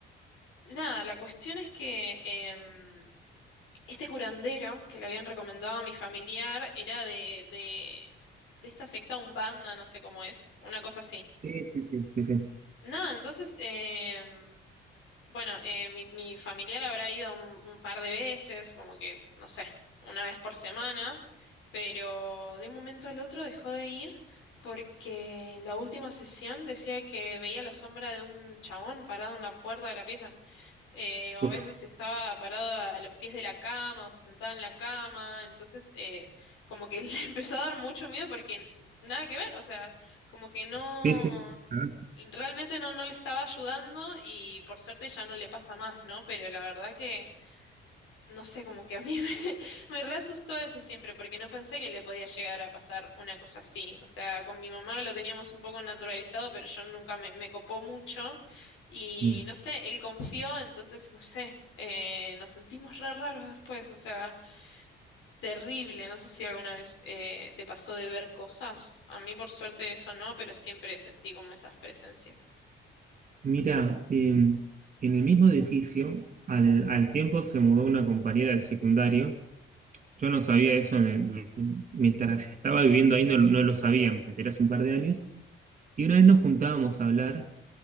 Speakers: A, on the left; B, on the right.
A: Nada, la cuestión es que em, este curandero que le habían recomendado a mi familiar era de, de, de esta secta Umbanda, no sé cómo es, una cosa así.
B: Sí, sí, sí, sí, sí.
A: Nada, entonces, em, bueno, eh, mi, mi familiar habrá ido un, un par de veces, como que, no sé, una vez por semana, pero de un momento al otro dejó de ir porque en la última sesión decía que veía la sombra de un chabón parado en la puerta de la pieza eh, o
B: Uf,
A: a veces estaba parado a, a los pies de la cama o se sentaba en la cama, entonces eh, como que <laughs> le empezó a dar mucho miedo porque nada que ver, o sea, como que no,
B: sí, sí. Ah,
A: realmente no, no le estaba ayudando y por suerte ya no le pasa más, ¿no? Pero la verdad que no sé, como que a mí me, <laughs> me re asustó eso siempre, porque no pensé que le podía llegar a pasar una cosa así. O sea, con mi mamá lo teníamos un poco naturalizado, pero yo nunca me, me copó mucho. Y
B: sí.
A: no sé, él confió, entonces, no sé, eh, nos sentimos re raros después. O sea, terrible. No sé si alguna vez eh, te pasó de ver cosas. A mí, por suerte, eso no, pero siempre sentí como esas presencias.
B: Mira, em, en el mismo edificio, al, al tiempo se mudó una compañera del secundario. Yo no sabía eso en el- en- mientras estaba viviendo ahí, no, no lo sabía, me enteré hace un par de años. Y una vez nos juntábamos a hablar